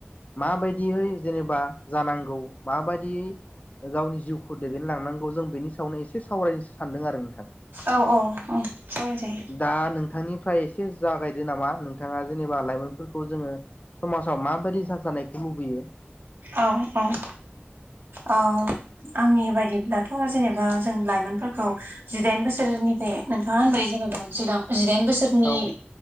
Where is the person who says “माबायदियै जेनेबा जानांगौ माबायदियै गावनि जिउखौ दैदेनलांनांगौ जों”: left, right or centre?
Left